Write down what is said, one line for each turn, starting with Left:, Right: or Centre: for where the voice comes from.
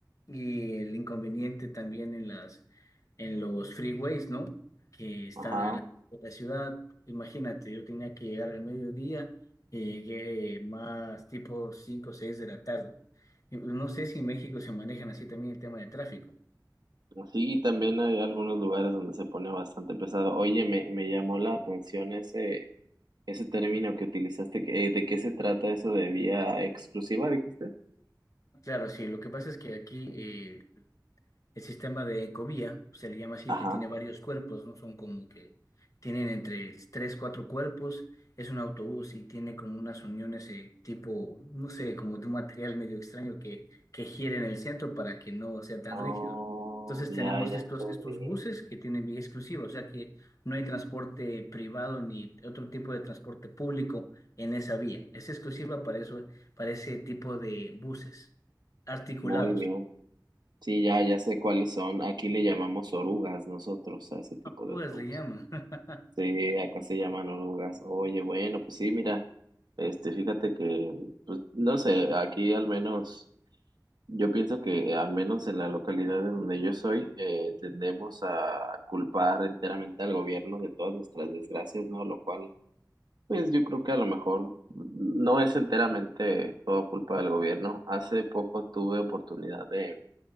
Left: Y el inconveniente también en las, en los freeways, ¿no? Que están
Right: ajá.
Left: a la, de la ciudad. Imagínate, yo tenía que llegar al mediodía y llegué más tipo 5 o 6 de la tarde. Y pues, No sé si en México se manejan así también el tema de tráfico.
Right: Sí, y también hay algunos lugares donde se pone bastante pesado. Oye, me, me llamó la atención ese, ese término que utilizaste. que- eh, ¿De qué se trata eso de vía exclusiva, dijiste?
Left: Claro, sí, lo que pasa es que aquí eh, El sistema de ecovía, se le llama así,
Right: Ajá.
Left: que tiene varios cuerpos, ¿no? Son como que tienen entre tres, cuatro cuerpos. Es un autobús y tiene como unas uniones eh, tipo, no sé, como de un material medio extraño que, que gira en el centro para que no sea tan rígido.
Right: Oh,
Left: Entonces
Right: ya,
Left: tenemos
Right: ya
Left: estos,
Right: entendí.
Left: estos buses que tienen vía exclusiva, o sea que no hay transporte privado ni otro tipo de transporte público en esa vía. Es exclusiva para eso, para ese tipo de buses articulados.
Right: Muy bien. Sí, ya, ya sé cuáles son. Aquí le llamamos orugas nosotros a ese tipo
Left: Rugas
Right: de autobús.
Left: le llama. <laughs>
Right: Sí, acá se llaman orugas. Oye, bueno, pues sí, mira, este, fíjate que, pues, no sé, aquí al menos, yo pienso que al menos en la localidad de donde yo soy, eh, tendemos a culpar enteramente al gobierno de todas nuestras desgracias, ¿no? Lo cual Pues yo creo que a lo mejor no es enteramente todo culpa del gobierno. Hace poco tuve oportunidad de,